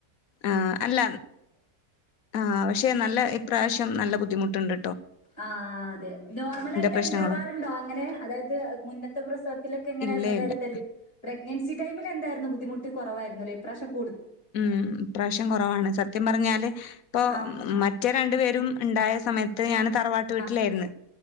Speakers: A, on the left; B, on the left.
A: ആ അല്ല ആ പക്ഷെ നല്ല ഇപ്രാശം നല്ല ബുദ്ധിമുട്ട്ണ്ട്
B: ആഹ് അതെ നോർമലായിട്ടെ
A: പ്രശ്നങ്ങളും
B: ഇണ്ടാവാറുണ്ടോ അങ്ങനെ അതായത് മുന്നത്തെ പ്രസവത്തിലക്കെ എങ്ങനാരുന്നു
A: ഇല്ല
B: അതായത്
A: ഇല്ല
B: ഡെലിവ പ്ര ഗ്നൻസി ടൈമിൽ എന്തായ്രുന്നു ബുദ്ധിമുട്ട് കുറവായ്രുന്നുലേ ഇപ്രാശ്യം.
A: ഉം ഇപ്രാശ്യം കൊറവാണ് സത്യം പറഞ്ഞാല് ഇപ്പൊ
B: ആഹ്
A: മറ്റേ രണ്ടു പേ രും ഇണ്ടായ സമയത്ത് ഞാൻ തറവാട്ട് വീട്ടിലേര്ന്ന്
B: ആഹ്